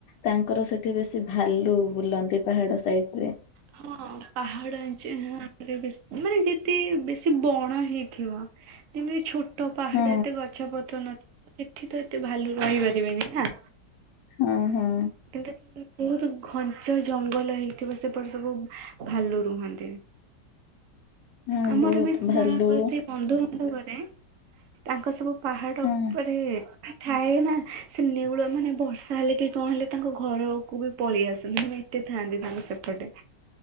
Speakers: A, on the left (about 75°); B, on the right (about 65°).
A: ତାଙ୍କର ସେଠି ବେଶୀ ଭାଲୁ ବୁଲନ୍ତି ପାହାଡ ସାଇଟରେ-
B: ହଁ ପାହାଡ଼ - ଚିହ୍ନା ଟିକେ ବେଶୀ ମାନେ ଯେତିକି ବେଶୀ ବଣ ହେଇଥିବ ଯେମିତି ଛୋ ତ ପାହାଡ
A: ହଁ
B: ଏତେ ଗଛ ପତ୍ର ନ ଏଠି ତ ଏତେ ଭାଲୁ ରହିପାରିବେନି ନା।
A: ହଁ, ହଁ।
B: କିନ୍ତୁ ବହୁତୁ ଘଞ୍ଚ ଜଙ୍ଗଲ ହେଇଥିବ ସେ ଉପର ସବୁ ଭାଲୁ ରୁହନ୍ତି।
A: ହଁ
B: ଆମର
A: ବହୁତ
B: ବି
A: ଭାଲୁ
B: ଜଣଙ୍କର ସେଇ ବନ୍ଧୁଙ୍କ ଘରେ ତାଙ୍କ ସବୁ ପାହାଡ଼
A: ହଁ
B: ଉପରେ ଥାଏ ନା ସେ ନେଉଳ ମାନେ ବର୍ଷା ହେଲେ କି କଣ ହେଲେ ତାଙ୍କ ଘରକୁ ବି ପଳେଇ ଆସନ୍ତି। ମାନେ ତେ ଥାନ୍ତି ତାଙ୍କୁ ସେପଟେ।